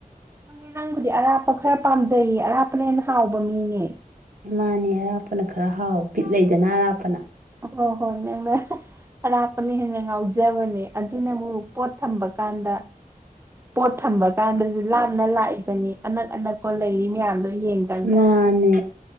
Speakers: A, on the right (about 15°); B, on the right (about 70°).
A: ꯍꯪꯅꯦ ꯅꯪꯕꯨꯗꯤ ꯑꯔꯥꯞꯄ ꯈꯔ ꯄꯥꯝꯖꯩꯌꯦ ꯑꯔꯥꯞꯄꯅ ꯍꯦꯟꯅ ꯍꯥꯎꯕ ꯃꯤꯅꯦ
B: ꯃꯥꯅꯦ ꯑꯔꯥꯞꯄꯅ ꯈꯔ ꯍꯥꯎꯋꯦ ꯕꯤꯠ ꯂꯩꯗꯅ ꯑꯔꯥꯞꯄꯅ
A: ꯍꯣ ꯍꯣꯏ ꯃꯦꯝꯃꯦ ꯑꯔꯥꯞꯄꯅ ꯍꯦꯟꯅ ꯉꯥꯎꯖꯕꯅꯦ ꯑꯗꯨꯅꯕꯨ ꯄꯣꯠ ꯊꯝꯕ ꯀꯥꯟꯗ ꯄꯣꯠ ꯊꯝꯕ ꯀꯥꯟꯗꯁꯨ ꯂꯥꯞꯅ ꯂꯥꯛꯏꯕꯅꯤ ꯑꯅꯛ ꯑꯅꯛꯄ ꯂꯩꯔꯤ ꯃꯌꯥꯝꯗꯣ ꯌꯦꯡꯗꯪꯒ
B: ꯃꯥꯅꯦ